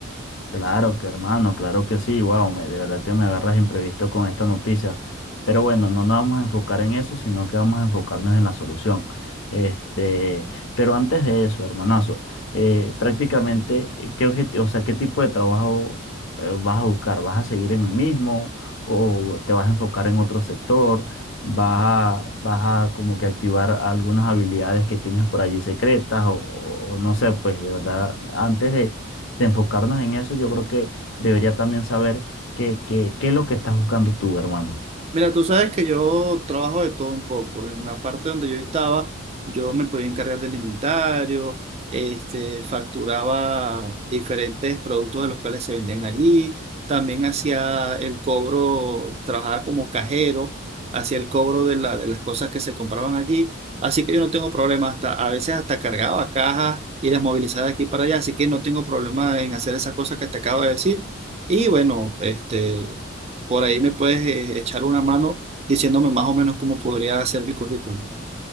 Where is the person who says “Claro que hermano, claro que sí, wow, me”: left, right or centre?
Left